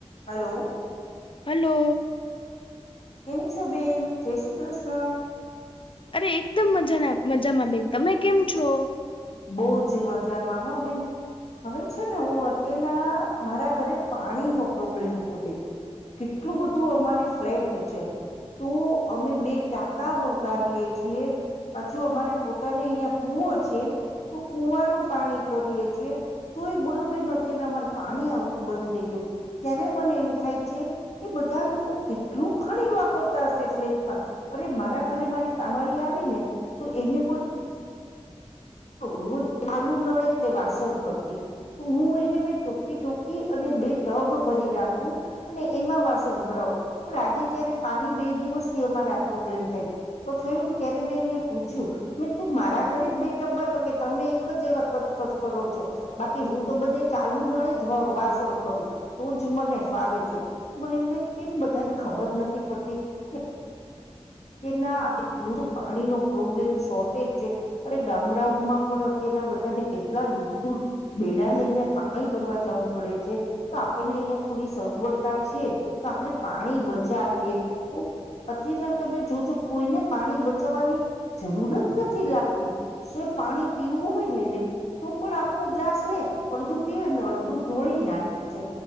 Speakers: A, on the left (about 80°); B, on the left (about 50°).
A: Hello
B: hello
A: કેમ છો બેન જય શ્રી કૃષ્ણ
B: અરે એકદમ મજાના મજામાં બેન તમે કેમ છો
A: બહુ જ મજામાં હો બેન હવે છે ને હું અત્યારના મારા ઘરે પાણીનો પ્રોબ્લેમ થયો બેન કેટલું બધું અમારી ફ્લેટ છે તો અમે બે ટાકા મગાવીએ છીએ પાછું અમારે પોતાને અહિયાં કુવો છે તો કુવાનું પાણી કરીએ છીએ તો એ બોલો બેન અત્યારે અમારે પાણી આવતું બંધ થઈ ગયું ત્યારે મને એમ થાય છે કે બધા લોકો કેટલું ઘણી વાપરતા હશે ફ્લેટમાં અરે મારા ઘરે મારી કામળી આવી ને તો એને બોલ રોજ ચાલુ નળે તે વાસણ કરતી તો હું એને મેં ટૂકી ટૂકી અને બે ટબ ભરી રાખું અને એમાં વાસણ કરાવ પણ આજે જયારે પાણી બે દિવસથી અમારા પ્રોબ્લેમ થાય તો થયું ને ત્યારે મેં એને પૂછ્યું મે તું મારા ઘરે જ બેઠ તો કે તમે એક જ એવા કચકચ કરો છો બાકી હું તો બધે ચાલુ નડે જ વાસણ કરું તો જ મને ફાવે છે મને એમ થાય કેમ બધાને ખબર નથી પડતી કે તેમના પાણીનુ પ્રોબ્લેમ શોર્ટેજ છે અરે ગામડાઓમાં પણ અત્યારના બધાને કેટલા દૂર દૂર બેડા લઈને પાણી ભરવા જવું પડે છે દે છે આપણને અહિયાં થોડી સગવડતા છે તો આપણે પાણી બચાવીએ તો અત્યારે તમે જોજો કોઈને પાણી બચાવવાની જરૂર જ નથી લાગતી જે પાણી પીવું હોય ને બેન તું પણ આખો ગ્લાસ લે અડધું પીવે ને અડધું ઢોળી નાખે છે